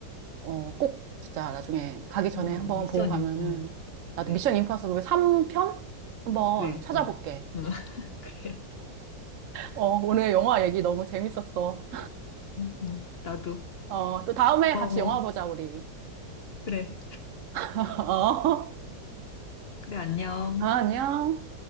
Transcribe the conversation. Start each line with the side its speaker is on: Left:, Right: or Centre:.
Right: 어, 꼭 진짜 나중에 가기 전에
Left: 어,
Right: 한번
Left: 미션,
Right: 보고 가면은,
Left: 임- 음,
Right: 나도
Left: 네.
Right: 미션 임파서블 3편? 한번
Left: 그래,
Right: 찾아볼게.
Left: 어, 응, <laughs> 그래.
Right: 어, 오늘 영화 얘기 너무 재밌었어.
Left: 응, 나도
Right: 어, 또 다음에
Left: 고마워.
Right: 같이 영화 보자, 우리.
Left: 그래,
Right: <laughs> 어,
Left: 그래, 안녕.
Right: 아, 안녕.